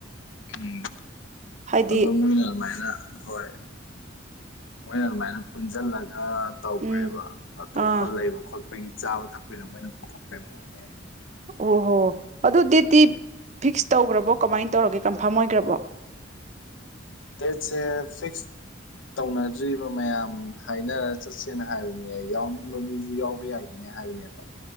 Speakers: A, on the left; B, on the right.
A: ꯎꯝ
B: ꯍꯥꯏꯗꯤ
A: ꯑꯗꯣ ꯃꯣꯏꯅ ꯑꯗꯨꯃꯥꯏꯅ ꯍꯣꯏ ꯃꯣꯏꯅ ꯑꯗꯨꯃꯥꯏꯅ ꯄꯨꯟꯁꯤꯜꯂꯒ ꯇꯧꯈ꯭ꯔꯦꯕ
B: ꯎꯝ
A: ꯑꯇꯣꯞꯄ
B: ꯑꯥ
A: ꯂꯩꯕ ꯈꯣꯠꯄꯒꯤ ꯆꯥꯕ ꯊꯛꯄꯗ ꯃꯣꯏꯅ ꯄꯨꯊꯣꯛꯄꯩ ꯃꯑꯣꯡꯅꯦꯕ
B: ꯑꯣ ꯍꯣ ꯑꯗꯨ ꯗꯦꯠꯇꯤ ꯐꯤꯛꯁ ꯇꯧꯈ꯭ꯔꯕꯣ ꯀꯃꯥꯏꯅ ꯇꯧꯔꯒꯦ ꯀꯟꯐꯥꯔꯝ ꯑꯣꯏꯈ꯭ꯔꯕꯣ
A: ꯇꯁ ꯐꯤꯁ ꯇꯧꯅꯗ꯭ꯔꯤꯕ ꯃꯌꯥꯝ ꯍꯥꯏꯅꯔ ꯆꯠꯁꯦꯅ ꯍꯥꯏꯕꯅꯦ ꯌꯥꯎꯅꯤꯡꯕ ꯃꯤꯁꯨ ꯌꯥꯎꯕ ꯌꯥꯏꯅꯤ ꯍꯥꯏꯒꯅꯦꯕ